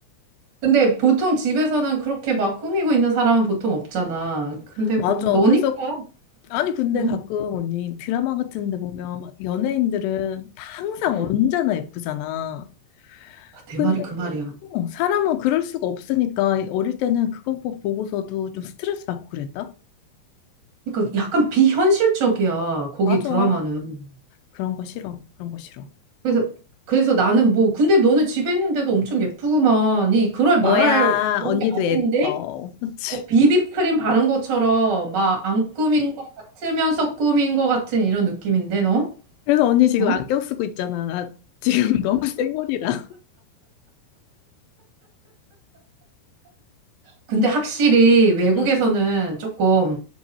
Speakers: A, on the right; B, on the left.
A: 근데 보통 집에서는 그렇게 막 꾸미고 있는 사람은 보통 없잖아. 근데
B: 맞아.
A: 뭐 너니까
B: 그래서 아니 근데
A: 응.
B: 가끔 언니 드라마 같은 데 보면 막 연예인들은 다 항상
A: 응.
B: 언제나 예쁘잖아.
A: 내
B: 근데
A: 말이 그 말이야.
B: 어, 사람은 그럴 수가 없으니까 어릴 때는 그거 보- 보고서도 좀 스트레스 받고 그랬다?
A: 그러니까 약간 비현실적이야. 거기
B: 맞아.
A: 드라마는.
B: 그런 거 싫어. 그런 거 싫어.
A: 그래서 그래서 나는 뭐 근데 너는 집에 있는데도 엄청 예쁘구만. 이 그럴
B: 뭐야,
A: 말할 그런
B: 언니도
A: 게 아닌데
B: 예뻐. 그치?
A: 뭐 비비크림 바른 것처럼 막 안 꾸민 것 같으면서 꾸민 것 같은 이런 느낌인데 너?
B: 그래서 언니 지금
A: 어?
B: 안경 쓰고 있잖아. 나 지금 <laughs> 너무 쌩얼이라.
A: 근데 확실히 외국에서는
B: 응.
A: 조금